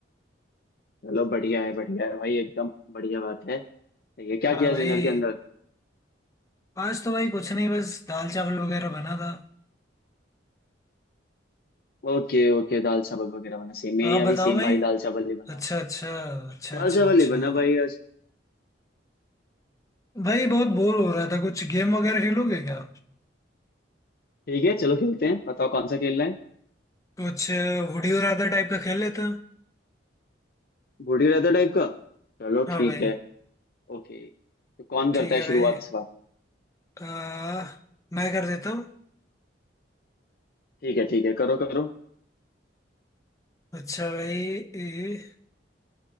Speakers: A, on the left; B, on the left.
A: चलो बढ़िया है बढ़िया है भाई एकदम बढ़िया बात है ये क्या
B: हाँ
A: किया
B: भाई
A: डिनर के अंदर
B: आज तो भाई कुछ नहीं बस दाल चावल वगैरह बना था
A: ओके ओके दाल चावल वगैरह बना सेम मेरे
B: आप
A: यहाँ
B: बताओ
A: भी सेम
B: भाई
A: भाई दाल चावल ही बना
B: अच्छा
A: आज
B: अच्छा अच्छा
A: दाल
B: अच्छा
A: चावल
B: अच्छा
A: ही बना भाई आज
B: भाई बहुत बोर हो रहा था कुछ गेम वगैरह खेलोगे क्या
A: ठीक है चलो खेलते हैं बताओ कौन सा खेलना है
B: कुछ वुडी और राधा टाइप का खेल लेते हैं
A: बूढ़ी रहता टाइप का चलो
B: हाँ
A: ठीक
B: भाई
A: है ओके तो कौन
B: ठीक
A: करता
B: है
A: है शुरुआत
B: भाई
A: इस बार
B: आ, मैं कर देता हूँ
A: ठीक है ठीक है करो करो
B: अच्छा भाई ए,